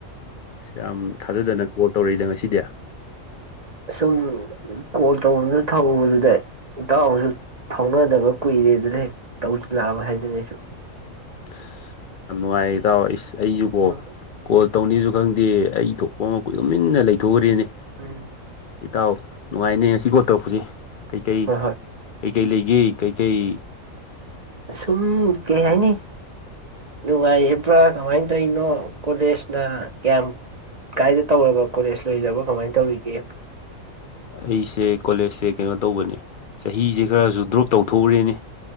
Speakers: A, on the left; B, on the right.
A: ꯌꯥꯝ ꯊꯥꯖꯗꯅ ꯀꯣꯜ ꯇꯧꯔꯛꯏꯗ ꯉꯁꯤ ꯗ
B: ꯁꯨꯝ ꯀꯣꯜ ꯇꯧꯕꯁꯨ ꯊꯗꯨꯗ ꯏꯇꯥꯎꯕꯁꯨ ꯊꯧꯅꯗꯕ ꯀꯨꯏꯔꯦ ꯑꯗꯨꯅ ꯍꯦꯛ ꯇꯧꯁꯤꯜꯂꯛꯑꯕ ꯍꯥꯏꯗꯨꯅ ꯑꯩꯁꯨ
A: ꯑꯁ ꯌꯥꯝ ꯅꯨꯡꯉꯥꯏꯔꯦ ꯏ ꯇꯥꯎꯑꯣ ꯑꯩ ꯑꯩꯁꯨ ꯀꯣ
B: ꯎꯝ
A: ꯀꯣꯜ ꯇꯧꯅꯤꯁꯨ ꯈꯪꯗꯦ ꯑꯩ ꯊꯣꯛꯄ ꯑꯃ ꯀꯣꯏ ꯂꯃꯤꯟꯅ ꯂꯩꯊꯣꯛꯈ꯭ꯔꯦꯅꯦ
B: ꯎꯝ
A: ꯏꯇꯥꯎ ꯅꯨꯡꯉꯥꯏꯅꯦ ꯉꯁꯤ ꯀꯣꯜ ꯇꯧꯔꯛꯄꯁꯦ ꯀꯩꯀꯩ
B: ꯍꯣꯏ ꯍꯣꯏ
A: ꯀꯩꯀꯩ ꯂꯩꯒꯦ ꯀꯩꯀꯩ
B: ꯁꯨꯝ ꯀꯩ ꯍꯥꯏꯅꯤ ꯅꯨꯡꯉꯥꯏꯕ꯭ꯔꯥ ꯀꯃꯥꯏꯅ ꯇꯧꯔꯤꯅꯣ ꯀꯣꯂꯦꯖꯅ ꯀꯌꯥꯝ ꯀꯥꯏꯗ ꯇꯧꯔꯕ ꯀꯣꯂꯦꯖ ꯂꯣꯏꯔꯕ꯭ꯔꯥ ꯀꯃꯥꯏꯅ ꯇꯧꯔꯤꯒꯦ
A: ꯑꯩꯁꯦ ꯀꯣꯂꯦꯖꯁꯦ ꯀꯩꯅꯣ ꯇꯧꯕꯅꯦ ꯆꯍꯤꯁꯦ ꯈꯔꯁꯨ ꯗ꯭ꯔꯣꯞ ꯇꯧꯊꯣꯛꯎꯔꯦꯅꯦ